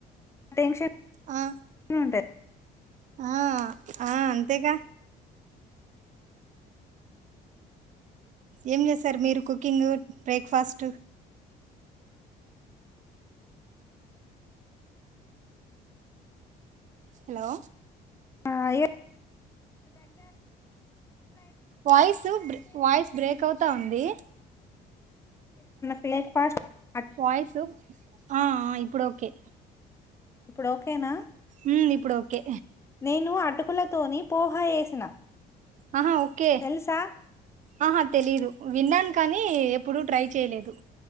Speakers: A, on the left; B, on the right.
A: టెన్షన్
B: ఆ
A: ఉంటది
B: ఆ ఆ అంతేగా ఏం చేస్తారు మీరు కుకింగ్ బ్రేక్ఫాస్ట్ హలో
A: ఆ అయ
B: వాయిస్ వాయిస్ బ్రేక్ అవుతా ఉంది
A: ప్లే ఫస్ <unintelligible>
B: వయిసు ఆ ఇప్పుడు ఓకే
A: ఇప్పుడు ఓకేనా
B: ఉ ఇప్పుడు ఓకే
A: నేను అటు అటుకులతోని పోహ వేసిన
B: ఆహా ఓకే
A: తెలుసా
B: ఆహా తెలీదు విన్నాను కానీ ఎప్పుడుూ ట్రై చేయలేదు